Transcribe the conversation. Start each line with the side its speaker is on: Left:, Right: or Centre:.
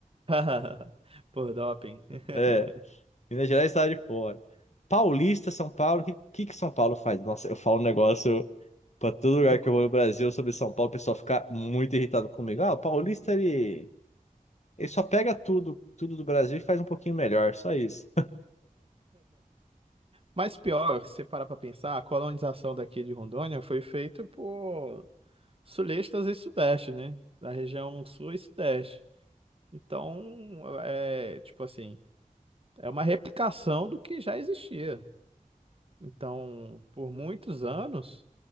Right: <laughs> Por doping. <laughs>
Left: É, Minas Gerais está de fora. Paulista, São Paulo, o que, que que São Paulo faz? Nossa, eu falo um negócio para todo lugar
Right: E
Left: que
Right: cu-
Left: eu vou no Brasil sobre São Paulo, o pessoal fica muito irritado comigo. Ah, o paulista, ele, ele só pega tudo, tudo do Brasil e faz um pouquinho melhor, só isso.
Right: Mas pior, se parar para pensar, a colonização daqui de Rondônia foi feita por sulistas e sudeste, né? Da região sul e sudeste. Então, é tipo assim, é uma replicação do que já existia. Então, por muitos anos,